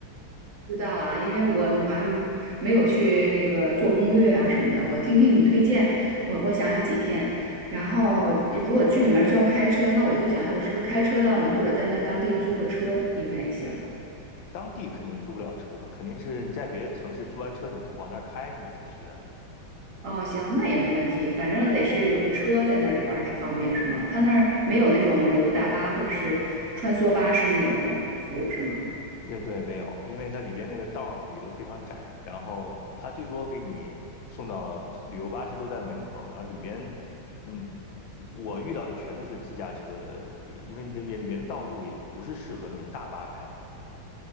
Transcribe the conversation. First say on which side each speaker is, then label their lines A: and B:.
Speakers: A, on the right; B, on the left.
A: 知道啊，因为我们好像没有去那个做攻略啊什么的。我听听你推荐，我我想想几天。然后如果剧里面需要开车，那我就想想我是不是开车到那，或者在那儿当地租个车应该也行。
B: 当地肯定租不了车，肯定是你在别的城市租完车，你往那儿开是没问题的。
A: 哦，行，那也没问题，反正得是有个车在那里玩儿才方便，是吗？他那儿没有那种旅游大巴或者是穿梭巴士那种服务，是吗？
B: 也对，没有，因为它里边那个道儿也都非常窄，然后它最多给你送到旅游巴士都在门口儿，然后里边，嗯，我遇到的全都是自驾车的，因为那边里边的道路也不是适合那种大巴开，